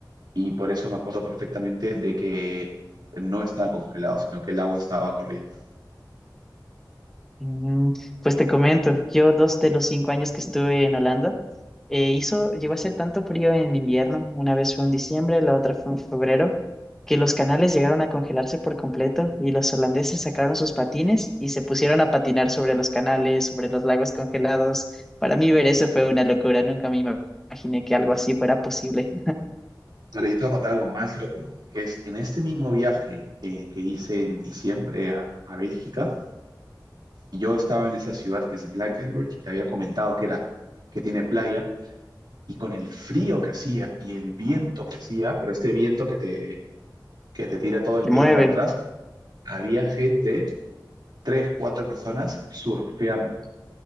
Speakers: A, on the right (about 70°); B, in the centre.
A: y por eso me acuerdo perfectamente de que no estaba congelado, sino que el agua estaba corriendo.
B: Mm, Pues te comento, yo dos de los cinco años que estuve en Holanda, eh, hizo, llegó a hacer tanto frío en invierno, una vez fue en diciembre, la otra fue en febrero, que los canales llegaron a congelarse por completo y los holandeses sacaron sus patines y se pusieron a patinar sobre los canales, sobre los lagos congelados. Para mí ver eso fue una locura, nunca me ima- imaginé que algo así fuera posible.
A: Pero yo te voy a contar algo más loco, que es en este mismo viaje eh, que hice en diciembre a, a Bélgica, yo estaba en esa ciudad que es Blankenberge y te había comentado que era, que tiene playa, y con el frío que hacía y el viento que hacía, pero este viento que te, que te tira
B: <laughs>
A: todo el
B: Te
A: pelo
B: mueve.
A: para atrás, había gente, tres, cuatro personas surfeando.